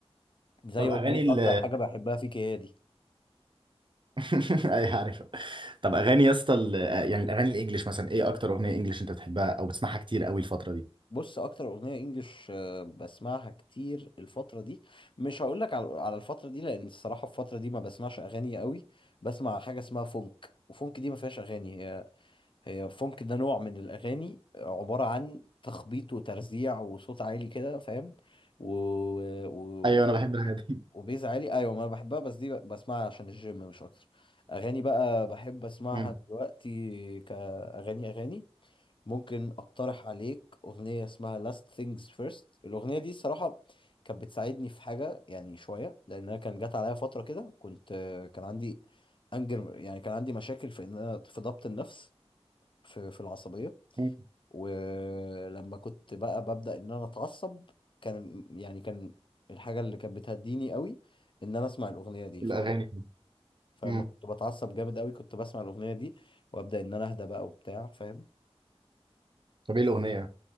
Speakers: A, on the left; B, on the right.
A: زي
B: طب
A: اغنية
B: اغاني ال
A: اكتر حاجة بحبها فيك هي دي
B: <laughs> ايوه عارفها طب اغاني يا اسطى ال- يعني الاغاني الانجليش مثلا ايه اكتر اغنيه انجليش انت بتحبها او بتسمعها كتير قوي الفتره دي
A: بص اكتر اغنية انجلش آه، بسمعها كتير الفترة دي مش هقول لك على على الفترة دي لان الصراحة الفترة دي ما بسمعش اغاني قوي بسمع حاجة اسمها فونك وفونك دي ما فيهاش اغاني هي هي فونك ده نوع من الاغاني عبارة عن تخبيط وترزيع وصوت عالي كده فاهم و... و...
B: ايوه انا بحب الحاجات دي
A: وبيز عالي ايوه ما أنا بحبها بس دي ب- بسمعها عشان الجيم مش اكتر اغاني بقى بحب اسمعها
B: مم.
A: دلوقتي كاغاني اغاني ممكن اقترح عليك اغنيه اسمها Last Things First الاغنيه دي الصراحه كانت بتساعدني في حاجه يعني شويه لانها كان جات عليا فتره كده كنت كان عندي انجر يعني كان عندي مشاكل في ان انا في ضبط النفس في في العصبيه
B: مم.
A: ولما كنت بقى ببدأ ان انا اتعصب كان يعني كان الحاجة اللي كانت بتهديني قوي ان انا اسمع الاغنية دي ف...
B: الأغاني دي.
A: فلما
B: مم.
A: كنت بتعصب جامد قوي كنت بسمع الاغنية دي وابدأ ان انا اهدى بقى وبتاع فاهم
B: طب إيه الأغنية؟